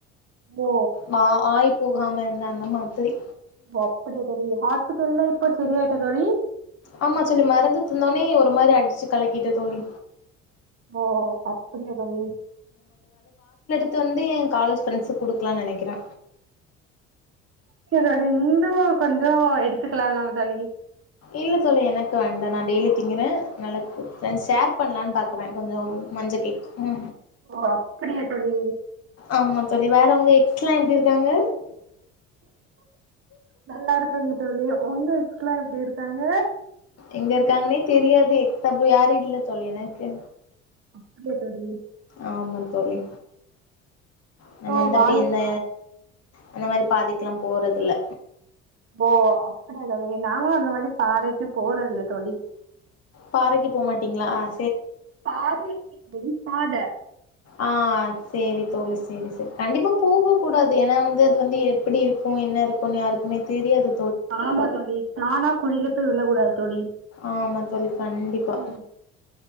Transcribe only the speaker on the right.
ஓ
ஓ அப்படியா தோழி ஹாஸ் <unintelligible> இப்போ சரிய தோழி
ஓ அப்படியா தோழி
சரி அத நீங்களு கொஞ்ச எடுத்துக்கலாந்தா தோழி
ஓ அப்படியா தோழி
நல்லா இருக்கங்க தோழி ஒண்ணு <unintelligible> அப்டி இருக்காங்க
அப்படியா தோழி
ஓ
வாழ்
போ அப்படிய தோழி நாங்கும் அந்த மாதிரி பாறைக்கு போறதில்ல தோழி
பாதைக்கு போ பாத
ஆமா தோழி தானா குழியில போய் விழ கூடாது தோழி
ம்